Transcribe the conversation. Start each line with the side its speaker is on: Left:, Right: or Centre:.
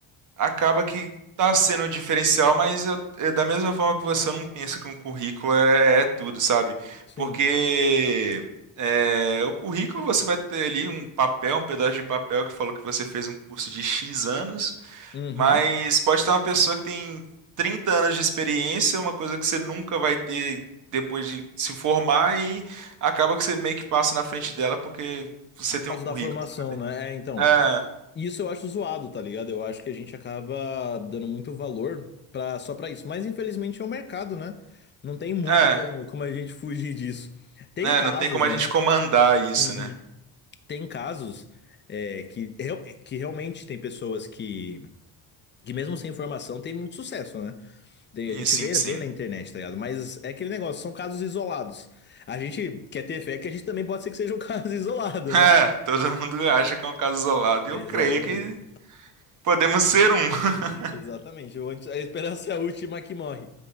Right: acaba que tá sendo um diferencial, mas eu, eu- da mesma forma que você, eu não penso que um currículo é, é tudo, sabe?
Left: Sim.
Right: Porque é, o currículo você vai ter ali um papel, um pedaço de papel que falou que você fez um curso de X anos,
Left: Uhum.
Right: mas pode estar uma pessoa que tem 30 anos de experiência, uma coisa que você nunca vai ter depois de se formar e acaba que você meio que passa na frente dela porque você
Left: Por
Right: tem
Left: causa
Right: um currículo.
Left: da formação, né? É, então.
Right: É,
Left: Isso eu acho zoado, tá ligado? Eu acho que a gente acaba dando muito valor pra, só pra isso. Mas infelizmente é o mercado, né? Não tem muito
Right: é,
Left: como, como a gente fugir disso. Tem
Right: né?
Left: casos,
Right: Não tem como a
Left: né?
Right: gente comandar isso,
Left: Uhum.
Right: né?
Left: Tem casos é, que, real- que realmente tem pessoas que, que mesmo sem informação, tem muito sucesso, né? Tem- a gente
Right: Ih, Sim,
Left: vê,
Right: sim.
Left: vê na internet,
Right: <laughs>
Left: tá ligado? Mas é aquele negócio, são casos isolados. A gente quer ter fé que a gente também pode ser que seja um <laughs> caso isolado,
Right: É,
Left: né?
Right: todo mundo acha que é um caso isolado.
Left: Exatamente.
Right: E eu creio que podemos ser um. <laughs>
Left: Exatamente. Ou A gente- a esperança é a última que morre.